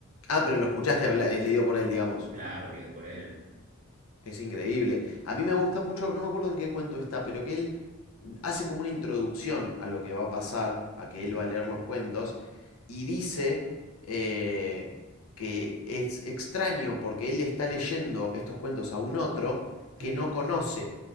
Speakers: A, on the left; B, on the right.
A: Ah, pero lo escuchaste habla- eh, leído por él, digamos.
B: Claro, leído por él.
A: Es increíble. A mí me gusta mucho, no me acuerdo en qué cuento está, pero que él hace como una introducción a lo que va a pasar, a que
B: Mm.
A: él va a leer los cuentos, y dice eh, que es extraño porque él le está leyendo estos cuentos a un otro que
B: Ujú,
A: no conoce